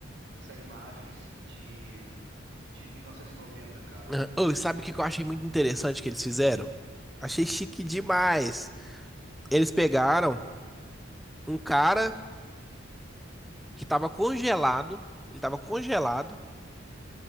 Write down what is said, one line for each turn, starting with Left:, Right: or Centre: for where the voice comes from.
Right: essa imagem, assim, de, de 1990, cara.
Centre: Ah, ô, sabe o que que eu achei muito interessante que eles fizeram?
Right: Ah,
Centre: Achei chique demais. Eles pegaram um cara que tava congelado, ele tava congelado